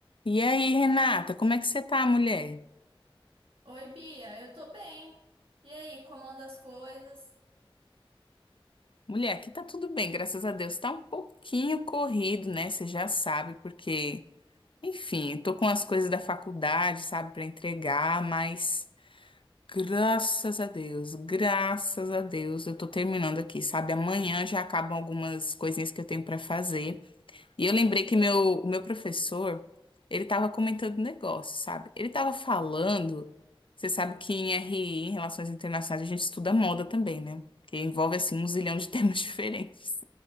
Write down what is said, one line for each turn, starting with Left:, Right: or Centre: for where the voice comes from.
Left: E aí, Renata, como é que você tá, mulher?
Right: Oi, Bia, eu tô bem. E aí, como anda as coisas?
Left: Mulher, aqui tá tudo bem, graças a Deus. Tá um pouquinho corrido, né? Você já sabe, porque, enfim, eu tô com as coisas da faculdade, sabe, pra entregar, mas graças a Deus, graças a Deus, eu tô terminando aqui, sabe? Amanhã já acabam algumas coisinhas que eu tenho pra fazer. E eu lembrei que meu, o meu professor, ele tava comentando um negócio, sabe? Ele tava falando, você sabe que em RI, em Relações Internacionais, a gente estuda moda também, né? Que envolve, assim, um zilhão de <laughs> temas diferentes.